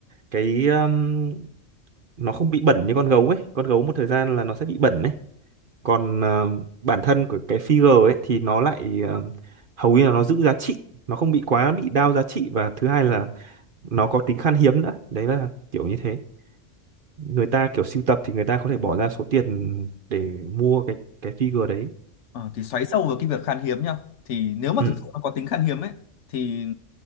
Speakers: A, on the right; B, on the left.
A: cái um, nó không bị bẩn như con gấu ấy con gấu một thời gian là nó sẽ bị bẩn ấy còn ờ, bản thân của cái figure ấy thì nó lại ờ, hầu như là nó giữ giá trị nó không bị quá bị đao giá trị và thứ hai là nó có tính khan hiếm nữa đấy là kiểu như thế người ta kiểu sưu tập thì người ta có thể bỏ ra số tiền để mua cái cái figure đấy
B: Ờ, thì xoáy sâu vào cái việc khan hiếm nhá. Thì nếu mà
A: ừ
B: thực sự nó có tính khan hiếm ấy thì